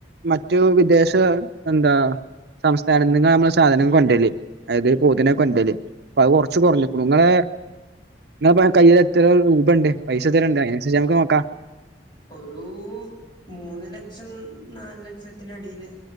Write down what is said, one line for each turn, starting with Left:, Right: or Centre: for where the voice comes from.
Right: മറ്റു വിദേശ എന്താ സംസ്ഥാനങ്ങന്നാ അമ്മൾ സാധനം കൊണ്ടര്ല്ല്. അത് പോതിനെ കൊണ്ടര്ല് അപ്പൊ അഹ് കൊർച്ച് കൊറഞ്ഞ്ക്ക്ണു ഇങ്ങളെ. ന്നാ പ കയ്യിൽ എത്ര രൂപണ്ട് പൈസത്രണ്ട് അയിനൻസര്ച്ച് ഞമക്ക് ന്നോക്കാ.
Left: ഒരൂ മൂന്ന്ലക്ഷം ന്നാല് ലക്ഷത്തിനടിയില്.